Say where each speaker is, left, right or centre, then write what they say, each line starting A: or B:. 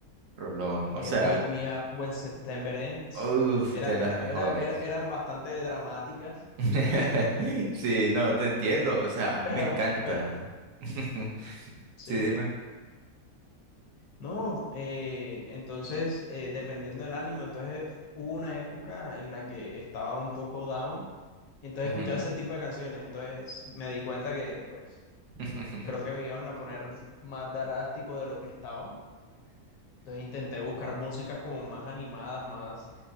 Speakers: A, on the right (about 70°); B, on the left (about 70°).
A: Rolón,
B: eh,
A: o sea,
B: Wake Me Up When September Ends.
A: uf,
B: Era,
A: de las
B: era,
A: mejores.
B: era, era- eran bastante dramáticas,
A: <laughs>
B: <laughs>
A: Sí, no, te entiendo. O sea, a mí
B: pero,
A: me encanta.
B: pero,
A: <laughs>
B: sí.
A: Sí, dime.
B: No, eh, entonces, eh, dependiendo del ánimo, entonces hubo una época en la que estaba un poco down, y entonces
A: Ujú.
B: escuchaba ese tipo de canciones, entonces me di cuenta que, pues,
A: <laughs>
B: creo que me iban a poner más drástico de lo que estaba, entonces intenté buscar músicas como más animadas, más